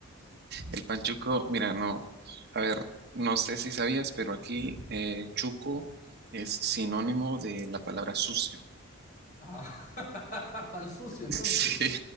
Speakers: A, on the right (about 50°); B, on the left (about 40°).
A: El panchuco, mira, no, a ver, no sé si sabías, pero aquí eh, chuco es sinónimo de la palabra sucio.
B: Ah, <laughs> pan sucio, entonces.
A: Sí,